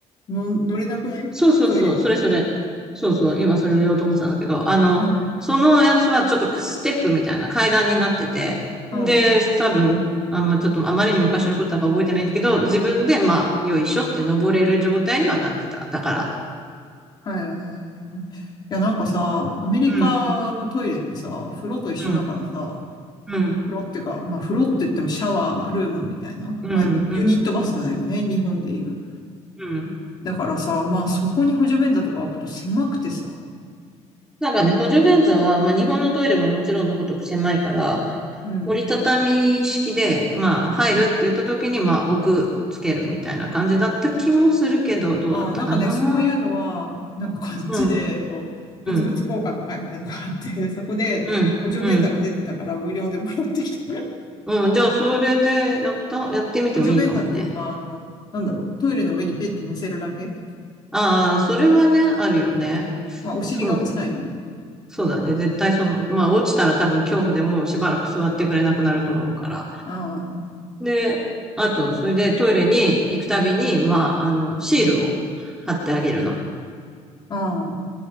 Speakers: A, on the left; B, in the centre.
A: の、乗れなくないトイレの上に。
B: そうそうそう、それそれ。そうそう、今それを言おうと思ってたんだけど、あの、
A: うん、
B: そのやつはちょっとステップみたいな階段になってて、
A: うん。
B: で、多分、あんまちょっとあまりに昔のことだから覚えてないんだけど、自分でまあ、よいしょって登れる状態にはなってた。だから。
A: はい。いや、なんかさ、アメリカのトイレってさ、
B: うん。
A: 風呂と一緒だからさ、
B: うん。うん、
A: 風呂っていうか、まあ風呂って言ってもシャワールームみたいな、
B: うん、
A: まあユニットバスだよね、
B: うん、
A: 日本でいう。
B: うん。
A: だからさ、まあそこに補助便座とか置くと狭くてさ、
B: なんかね、補助便座は、まあ、日本のトイレももちろんのごとく狭いから、
A: うん。
B: 折りたたみ式で、まあ、入るって言った時に、まあ、置く、つけるみたいな感じだった気もするけど、どうだったかな。
A: ああ、なんかね、そういうのは、なんかこっちで、
B: うん、
A: こう、
B: うん、
A: 物々交換の会みたいなのがあって、そこで補助便座が出てたから無料でもらってきた。
B: うん、うん。うん、じゃあ、それでやった、やってみてもいいかもね。
A: 補助便座っていうか、あの、なんだろう、トイレの上にペッて乗せるだけ
B: ああ、それはね、あるよね。
A: まあ、お尻が落ちないように。
B: そうだ、そうだね。絶対その、まあ、落ちたら多分恐怖でもうしばらく座ってくれなくなると思うから。
A: ああ、
B: で、あと、それでトイレに行くたびに、まあ、あの、シールを貼ってあげるの。
A: ああ、